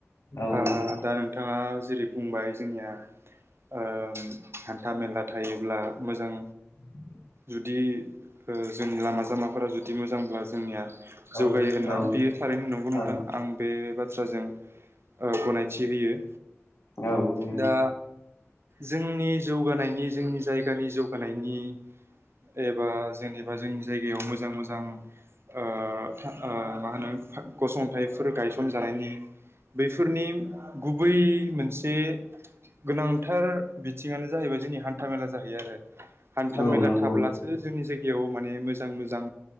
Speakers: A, on the left; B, on the right.
A: औ
B: आ
A: नोंथां
B: दा नोंथाङा दा जेरै बुंबाय जोंनिया ओ हान्था मेला थायोब्ला मोजां
A: <inaudible>
B: जुदि ओ जोंनि लामा सामाफोरा जुदि मोजांब्ला जोंनिया जौगायो
A: औ
B: होनना
A: औ
B: बियो थारैनो नंगौ नोंथां
A: औ
B: आं बे बाथ्राजों गनायथि होयो
A: औ
B: दा जोंनि जौगानायनि जोंनि जायगानि जौगानायनि एबा जेनेबा जोंनि जायगायाव मोजां मोजां ओ ओ मा होनो गसंथाइ फोर गायसन जानायनि बफोरनि गुबै मोनसे गोनांथार बिथिङानो जाहैबाय जोंनि हान्थाामेला जाहैयो आरो। हान्था
A: औ
B: मेला
A: नंगौ
B: थाब्लासो
A: नोंथां
B: जोंनि जायग बेयाव माने मोजां मोजां